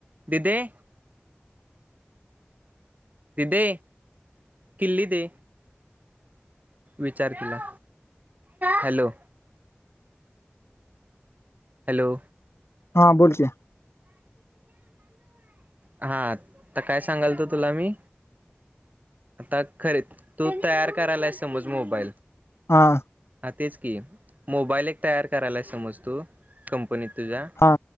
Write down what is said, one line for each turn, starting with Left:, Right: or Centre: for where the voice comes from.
Right: दिदेए दीदे किल्ली दे, विचार तिला हॅलो. हॅलो.
Left: हा बोलकी.
Right: हा तर काय सांगाल तो तुला मी आता खरे तू तयार करायला हे समज मोबाईल,
Left: हाआ.
Right: हा तेच की मोबाईल एक तयार करायला समज तू कंपनीत. तुझ्या
Left: हा